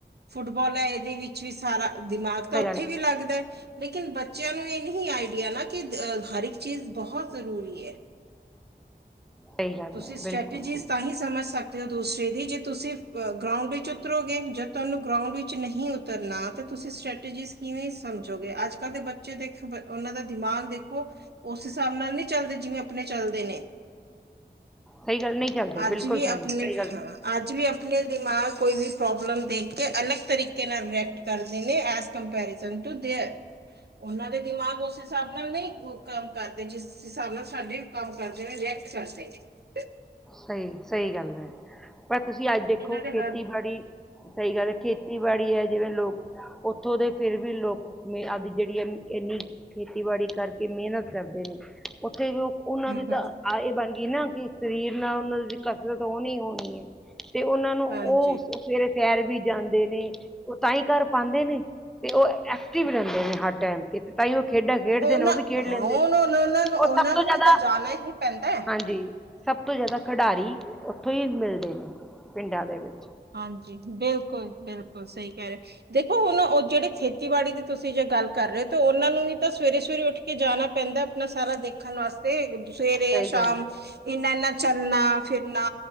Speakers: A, on the right (about 65°); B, in the centre.
A: ਫੁੱਟਬਾਲ ਐ। ਇਹਦੇ ਵਿੱਚ ਵੀ ਸਾਰਾ, ਦਿਮਾਗ ਤਾਂ
B: ਸਹੀ
A: ਉੱਥੇ
B: ਗੱਲ
A: ਵੀ ਲੱਗਦਾ। ਲੇਕਿਨ ਬੱਚਿਆਂ ਨੂੰ ਇਹ ਨਹੀਂ ਆਈਡੀਆ ਨਾ ਕਿ, ਹਰਕ ਚੀਜ਼ ਬਹੁਤ ਜਰੂਰੀ ਐ।
B: ਸਹੀ ਗੱਲ
A: ਤੁਸੀਂ
B: ਹੈ
A: ਸਟ੍ਰੈਟਜੀਜ਼
B: ਬਿਲਕੁਲ ਬਿਲਕੁਲ।
A: ਤਾਂ ਹੀ ਸਮਝ ਸਕਦੇ ਤੇ ਉਹ ਦੂਸਰੇ ਦੀ ਜੇ ਤੁਸੀਂ ਗਰਾਉਂਡ ਵਿੱਚ ਉਤਰੋਗੇ, ਜੇ ਤੁਹਾਨੂੰ ਗਰਾਉਂਡ ਵਿੱਚ ਨਹੀਂ ਉਤਰਨਾ ਤਾਂ ਤੁਸੀਂ ਸਟ੍ਰੈਟਜੀ ਕਿਵੇਂ ਸਮਝੋਗੇ, ਅੱਜ- ਕੱਲ੍ਹ ਦੇ ਬੱਚੇ ਦੇਖ ਓਨਾਂ ਦਾ ਦਿਮਾਗ ਦੇਖੋ ਉਸ ਹਿਸਾਬ ਨਾਲ ਨਹੀਂ ਚੱਲਦੇ ਜਿਵੇਂ ਆਪਨੇ ਚਲਦੇ ਨੇ
B: ਸਹੀ ਗੱਲ ਨਹੀਂ ਚੱਲਦੇ
A: ਅੱਜ
B: ਬਿਲਕੁਲ
A: ਵੀ
B: ਸਹੀ
A: ਆਪਣੇ
B: ਸਹੀ
A: ਹਾਂ,
B: ਗੱਲ
A: ਅੱਜ ਵੀ ਆਪਣੇ ਦਿਮਾਗ ਕੋਈ ਵੀ ਪ੍ਰੋਬਲਮ ਦੇਖ ਕੇ ਅਲੱਗ ਤਰੀਕੇ ਨਾਲ ਰਿਐਕਟ ਕਰਦੇ ਨੇ ਐਜ ਕੰਪੈਰੀਜਨ ਟੂ ਦੇਅਰ ਉਹਨਾਂ ਦੇ ਦਿਮਾਗ ਉਸ ਹਿਸਾਬ ਨਾਲ ਨਹੀਂ ਕੰਮ ਕਰਦੇ, ਜਿਸ ਹਿਸਾਬ ਨਾਲ ਸਾਡੇ ਕੰਮ ਕਰਦੇ ਨੇ ਰੀਐਕਟ ਕਰਦੇ ਨੇ
B: ਸਈ, ਸਈ ਗੱਲ ਐ। ਪਰ ਤੁਸੀਂ ਅੱਜ ਦੇਖੋ
A: ਇਹਨਾਂ ਦੇ
B: ਖੇਤੀਬਾੜੀ
A: ਹਰ
B: ਸਈ ਗੱਲ ਹੈ ਖੇਤੀ ਖੇਤੀਬਾੜੀ ਹੈ ਜਿਵੇਂ ਲੋਕ ਉੱਥੋਂ ਦੇ ਫਿਰ ਵੀ ਲੋਕ ਆਪਦੀ ਜਿਹੜੀ ਆ, ਇੰਨੀ ਖੇਤੀਬਾੜੀ ਕਰਕੇ ਮਿਹਨਤ ਕਰਦੇ ਨੇ ਉੱਥੇ ਜੋ ਉਹਨਾਂ
A: ਹੂੰ-ਹੂੰ।
B: ਦੀ ਤਾਂ ਇਹ ਬਨ ਗਈ ਨਾ ਕਿ ਸਰੀਰ ਨਾਲ ਓਨਾਂ ਕਸਰਤ ਹੋਨੀ ਹੋਨੀ ਏ, ਤੇ ਉਹਨਾਂ ਨੂੰ ਉਹ
A: ਹਾਂਜੀ,
B: ਸਵੇਰੇ ਸੈਰ ਵੀ ਜਾਂਦੇ ਨੇ, ਉਹ ਤਾਂ ਹੀ ਕਰ ਪਾਂਦੇ ਨੇ ਤੇ ਉਹ ਐਕਟਿਵ ਰਹਿੰਦੇ ਨੇ ਹਰ ਟਾਈਮ, ਤੇ ਤੇ ਤਾਂਇਉ ਖੇਡਾਂ ਖੇਡਦੇ
A: ਉਹਨਾਂ
B: ਨੇ ਉਹ ਵੀ ਖੇਡ
A: ਹਾਂ
B: ਲੈਂਦੇ
A: ਉਹਨਾਂ
B: ਨੇ,
A: ਉਹਨਾਂ ਨੂੰ ਉਹਨਾਂ
B: ਉਹ ਸਭ ਤੋਂ
A: ਨੂੰ
B: ਜ਼ਿਆਦਾ
A: ਵੀ ਤਾਂ ਜਾਣਾ ਹੀ ਪੈਂਦਾ। ਹੈ।
B: ਹਾਂਜੀ ਸਭ ਤੋਂ ਜ਼ਿਆਦਾ ਖਿਡਾਰੀ, ਉੱਥੋਂ ਹੀ ਮਿਲਦੇ ਨੇ ਪਿੰਡਾਂ ਦੇ ਵਿੱਚ
A: ਹਾਂਜੀ, ਬਿਲਕੁਲ ਬਿਲਕੁਲ ਸਹੀ ਕਹਿ ਰਹੇ, ਦੇਖੋ ਹੁਣ ਉਹ ਜਿਹੜੇ ਖੇਤੀਬਾੜੀ ਦੇ ਤੁਸੀਂ ਜ ਗੱਲ ਕਰ ਰਹੇ ਤੇ ਉਹਨਾਂ ਨੂੰ ਵੀ ਤਾਂ ਸਵੇਰੇ ਸਵੇਰੇ ਉੱਠ ਕੇ ਜਾਨਾ ਪੈਂਦਾ, ਆਪਨਾ ਸਾਰਾ ਦੇਖਨ ਵਾਸਤੇ ਤੇ ਸਵੇਰੇ
B: ਸਹੀ
A: ਸ਼ਾਮ
B: ਗੱਲ ਹੈ
A: ਇੰਨਾ -ਇੰਨਾ ਚੱਲਨਾ ਫਿਰਨਾ